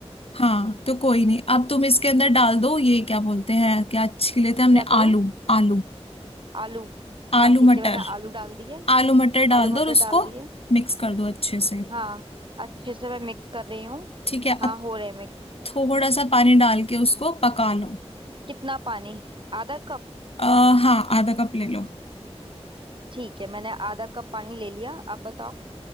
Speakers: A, on the left; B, on the right.
A: हाँ तो कोई नहीं अब तुम इसके अंदर डाल दो ये क्या बोलते हैं क्या छिले थे हमने
B: क्या करूँ
A: आलू आलू
B: आलू
A: आलू
B: हाँ ठीक
A: मटर
B: है मैंने आलू डाल दिए
A: आलू मटर डाल
B: आलू
A: दो
B: मटर
A: और उसको
B: डाल दिए
A: मिक्स कर दो अच्छे से
B: हाँ अच्छे से मैं मिक्स कर रही हूँ
A: ठीक है
B: हाँ
A: अब
B: हो रहे मिक्स
A: थोड़ा सा पानी डाल के उसको पका लो
B: कितना पानी आधा कप
A: आ, हाँ आधा कप ले लो
B: ठीक है मैंने आधा कप पानी ले लिया अब बताओ